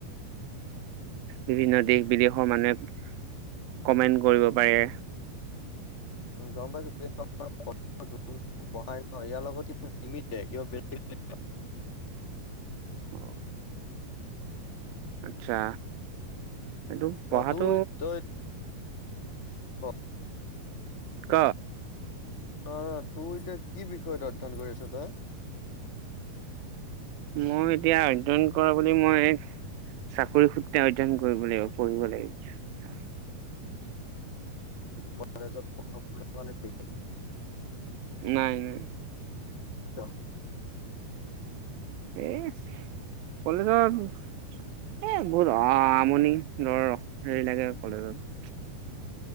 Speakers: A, on the left; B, on the right.
A: <inaudible>
B: বিভিন্ন দেশ- বিদেশৰ মানুহে, কমেণ্ট কৰিব পাৰে।
A: উ গম পাইছোঁ <unintelligible> পঢ়াই ন ইয়াৰ লগত কিবা নিমিলে <unintelligible>
B: অ আচ্ছা কিন্তু
A: বেলেগ
B: পঢ়াটো
A: তোৰ তই ক
B: ক
A: অ তোৰ এতিয়া কি বিষয়ত অধ্যয়ন কৰি আছ তই
B: মই এতিয়া অধ্যয়ন কৰা বুলি মই চাকৰি সূত্ৰে অধ্যয়ন কৰিব লাগিব পঢ়িব লাগিব
A: কলেজত <unintelligible>
B: নাই নাই
A: <unintelligible>
B: এই কলেজত এ বহুত আমনি ধৰ হেৰি লাগে কলেজত